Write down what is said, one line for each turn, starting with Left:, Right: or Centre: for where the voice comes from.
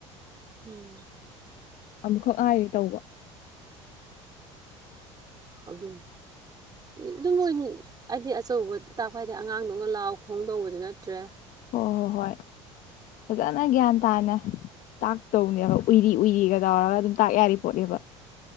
Right: ꯎꯝ
Left: ꯑꯃꯨꯛꯈꯛ ꯍꯥꯏꯔꯤꯦ ꯇꯧꯕ
Right: ꯑꯗꯨꯝ ꯑꯗꯨꯝ ꯃꯣꯏ ꯍꯥꯏꯗꯤ ꯑꯆꯧꯕꯗ ꯇꯥꯛꯄ ꯍꯥꯏꯗꯤ ꯑꯉꯥꯡꯗꯧꯅ ꯂꯥꯎ ꯈꯣꯡ ꯇꯧꯕꯗꯤ ꯅꯠꯇ꯭ꯔꯦ
Left: ꯑꯣꯣꯏ ꯍꯣꯏ ꯍꯣꯏ ꯐꯖꯅ ꯒ꯭ꯌꯥꯟ ꯇꯥꯅ ꯇꯥꯛꯇꯧꯅꯦꯕ ꯎꯏꯔꯤ ꯎꯏꯔꯤꯒ ꯇꯧꯔꯒ ꯑꯗꯨꯝ ꯇꯥꯛ ꯌꯥꯔꯤ ꯄꯣꯠꯅꯦꯕ